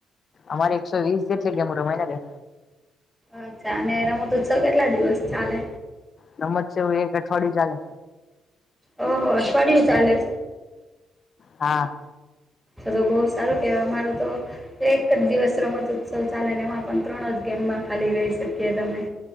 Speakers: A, on the left; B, in the centre.
A: અમારે એકસો વીસ જેટલી ગેમો રમાય‌ ને બેન
B: અચ્છા અને રમતોઉત્સવ કેટલા દિવસ ચાલે
A: રમતસેવું એક અઠવાડિયું ચાલે
B: ઓહ અઠવાડિયું ચાલે
A: હા
B: તો તો બહુ સારું કેવાય અમારે તો એક જ દિવસ રમત ઉત્સવ ચાલે ને એમાં પણ ત્રણ જ ગેમમાં ખાલી રહી શકીએ તમે